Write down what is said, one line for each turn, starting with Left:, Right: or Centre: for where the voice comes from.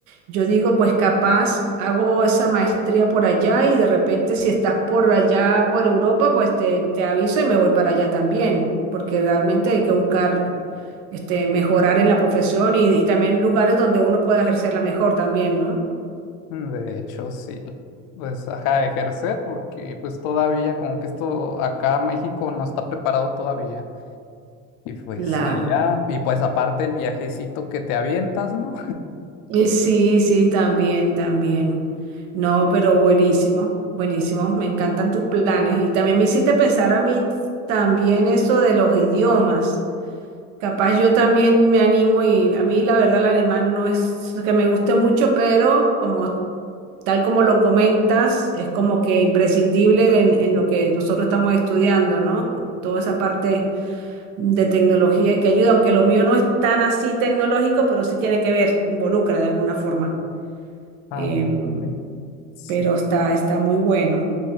Right: Yo digo, pues capaz hago esa maestría por allá y de repente si estás por allá, por Europa, pues te, te aviso y me voy para allá también, porque realmente hay que buscar este, mejorar en la profesión y, y también lugares donde uno pueda ejercerla mejor también, ¿no?
Left: Mm, De hecho, sí. Pues, ajá, ejercer, porque pues todavía como que esto acá México no está preparado todavía. Y pues
Right: Claro.
Left: allá, y pues aparte el viajecito que te avientas, ¿no?
Right: Y sí, sí, también, también. No, pero buenísimo, buenísimo. Me encantan tus planes. Y también me hiciste pensar a mí también eso de los idiomas. Capaz yo también me animo y a mí la verdad el alemán no es que me guste mucho, pero como tal como lo comentas, es como que imprescindible en, en lo que nosotros estamos estudiando, ¿no? Toda esa parte de tecnología y que ayuda, aunque lo mío no es tan así tecnológico, pero sí tiene que ver, involucra de alguna forma.
Left: <laughs> Ándale,
Right: Em,
Left: sí.
Right: pero está, está muy bueno,